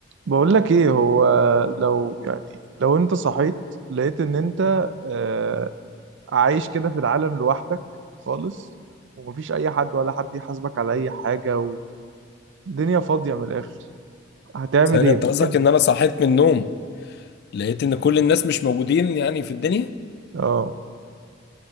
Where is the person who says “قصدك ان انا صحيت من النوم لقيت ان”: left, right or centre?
Left